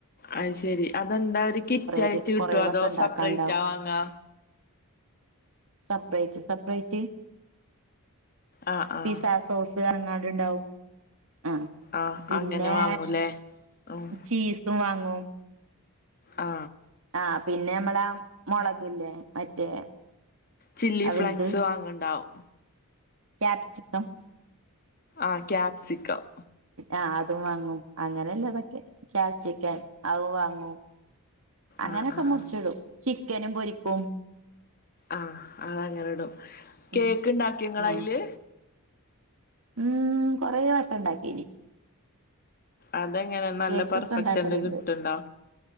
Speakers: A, on the left; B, on the right.
A: അത് ശെരി. അതെന്താ ഒരു കിറ്റായിട്ട്
B: ഇത്
A: കിട്ടുവോ
B: കൊറേ
A: അതോ
B: വട്ടം ഉണ്ടാക്കാണ്ടാവും
A: സപ്പറേറ്റാ വാങ്ങാ?
B: സെപ്പറേറ്റ് സെപ്പറേറ്റ്
A: ആഹ് ആഹ്
B: പിസസോ ത് ഇറങ്ങാട് ഉണ്ടാവും ആ
A: ആ
B: പിന്നെ
A: അങ്ങനെ വാങ്ങൂലേ ഉം
B: ചീസും വാങ്ങും
A: ആ
B: ആ പിന്നെ നമ്മള മുളകില്ലേ മറ്റേ
A: ചില്ലി ഫ്ലേക്സ്
B: വലുത്
A: വാങ്ങണ്ടാവും
B: ക്യാപ്സിക്കം
A: ആ ക്യാപ്സിക്കം
B: ആ അതും വാങ്ങും അങ്ങനെല്ലതൊക്കെ കാപ്സിക്കം അവു വാങ്ങും അങ്ങനൊക്കെ
A: ആഹ് ആഹ്
B: മുറിച്ചിടും ചിക്കനും പൊരിക്കും
A: ആഗ് അതങ്ങനെ ഇടും കേക്ക്
B: ഉം
A: ഉണ്ടാക്കിയൊ ങ്ങള്അതില്
B: ഉം ഉം കൊറെ വട്ടം ഉണ്ടാക്കിനി
A: അതെങ്ങനെ നല്ല
B: കേക്കൊക്കെ
A: പെർഫെക്ഷൻല്
B: ഉണ്ടാക്കലുണ്ട്
A: കിട്ടുണ്ടോ